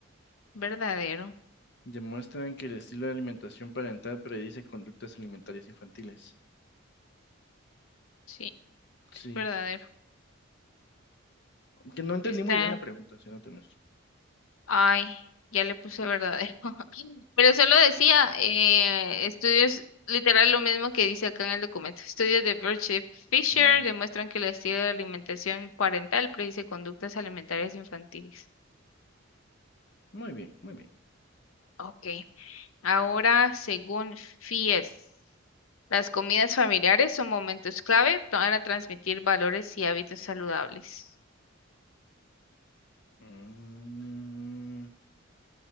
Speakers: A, on the left (about 80°); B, on the left (about 55°).
A: Verdadero.
B: Demuestran que el estilo de alimentación parental predice conductas alimentarias infantiles.
A: Sí,
B: Sí.
A: es verdadero.
B: Que no entendí
A: Está
B: muy bien la pregunta, siéndote honesto.
A: Ay, ya le puse verdadero. <laughs> Pero solo decía eh, estudios, literal lo mismo que dice acá en el documento. Estudios de Birch Fisher
B: Mm,
A: demuestran que el estilo de alimentación parental predice conductas alimentarias infantiles.
B: muy bien, muy bien.
A: Ok, ahora según FIES, las comidas familiares son momentos clave para transmitir valores y hábitos saludables.
B: Mm,